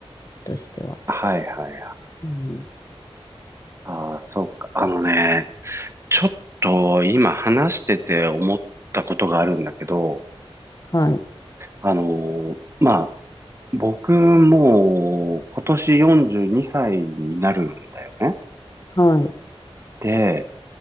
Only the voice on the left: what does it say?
としては。
うん、
はい、
はい、